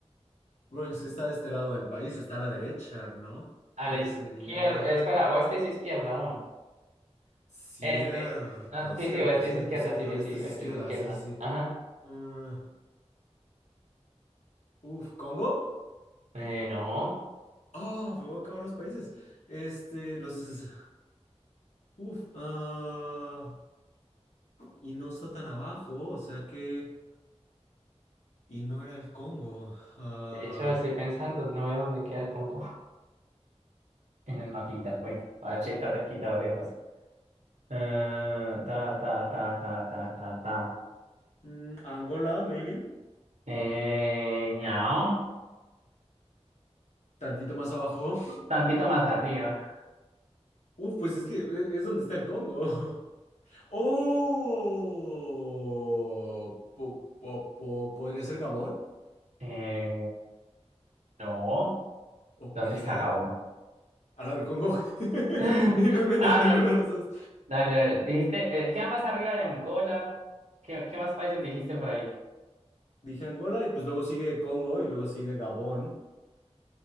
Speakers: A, on the left; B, on the right.
A: Bueno, es que está de este lado del país, está a la derecha, ¿no?
B: A
A: Eh,
B: la izquierda,
A: sería...
B: espera, oeste es izquierda, no.
A: Cierto,
B: Este. Ah, sí,
A: cierto,
B: sí, oeste
A: cierto,
B: es izquierda,
A: cierto.
B: sí, sí,
A: Esta
B: sí,
A: es
B: oeste
A: izquierda,
B: es izquierda.
A: sí, sí. sí.
B: Ajá.
A: Ah, uf, ¿Congo?
B: Eh, no.
A: Oh, me voy a acabar los países. Este, los... es- Uf, ah... Y no está tan abajo, o sea que... Y no era el Congo. Ah,
B: De hecho, estoy pensando, no veo dónde queda el Congo <laughs> en el mapita, pues, a ver si está cerquita o lejos. Eh, ta, ta, ta, ta, ta, ta, ta.
A: mm, Angola, maybe.
B: Eh, ñao,
A: Tantito más abajo.
B: tantito más arriba.
A: Uf, pues es que e- es donde está el Congo. <laughs> Oh, po- po- po- ¿podría ser Gabón?
B: Eh, no,
A: ¿Ok?
B: ¿dónde está Gabón?
A: Al lado del Congo. <laughs>
B: <laughs>
A: Y no encuentras
B: Ah,
A: ninguno
B: no,
A: de los dos.
B: dale, dale. Dijiste, eh, queda más arriba de Angola. ¿Qué, qué más países dijiste por ahí?
A: Dije Angola y pues luego sigue Congo y luego sigue Gabón.